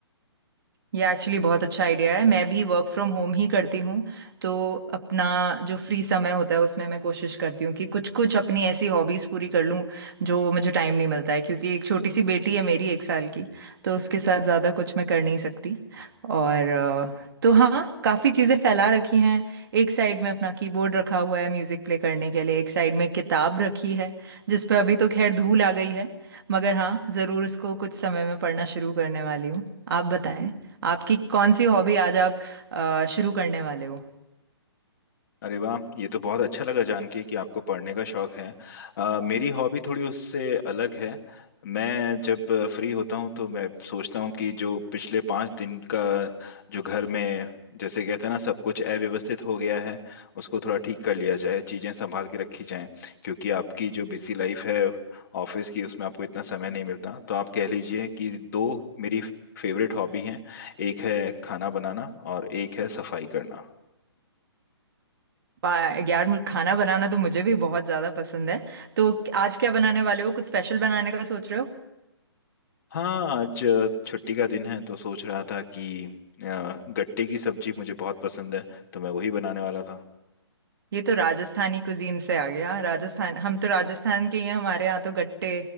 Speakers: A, on the right (about 55°); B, on the left (about 45°).
A: ये एक्चुअली बहुत अच्छा आइडिया है मैं भी वर्क फ्रॉम होम ही करती हूँ तो अपना जो फ्री समय होता है उसमें मैं कोशिश करती हूँ कि कुछ कुछ अपनी ऐसी हॉबीज़ पूरी कर लूँ जो मुझे टाइम नहीं मिलता है क्योंकि एक छोटी सी बेटी है मेरी एक साल की तो उसके साथ ज़्यादा कुछ मैं कर नहीं सकती और अ, तो हाँ काफ़ी चीज़ें फैला रखी हैं एक साइड में अपना कीबोर्ड रखा हुआ है म्यूज़िक प्ले करने के लिए एक साइड में किताब रखी है जिस पे अभी तो खैर धूल आ गई है मगर हाँ ज़रूर उसको कुछ समय में पढ़ना शुरू करने वाली हूँ आप बताएं आपकी कौन सी हॉबी आज आप अ, शुरू करने वाले हो
B: अरे वाह ये तो बहुत अच्छा लगा जान के कि आपको पढ़ने का शौक है अ, मेरी हॉबी थोड़ी उससे अलग है मैं जब फ्री होता हूँ तो मैं सोचता हूँ कि जो पिछले पाँच दिन का जो घर में जैसे कहते हैं ना सब कुछ अव्यवस्थित हो गया है उसको थोड़ा ठीक कर लिया जाए चीज़ें संभाल के रखी जाएं क्योंकि आपकी जो बिजी लाइफ है ऑफिस की उसमें आपको इतना समय नहीं मिलता तो आप कह लीजिए कि दो मेरी फेवरेट हॉबी हैं एक है खाना बनाना और एक है सफाई करना
A: बा- यार मुझे खाना बनाना तो मुझे भी बहुत ज्यादा पसंद है तो आज क्या बनाने वाले हो कुछ स्पेशल बनाने का सोच रहे हो
B: हाँ आज अ, छुट्टी का दिन है तो सोच रहा था कि अ, गट्टे की सब्जी मुझे बहुत पसंद है तो मैं वही बनाने वाला था
A: ये तो राजस्थानी कुजीन से आ गया राजस्थान हम तो राजस्थान के ही हैं हमारे यहाँ तो गट्टे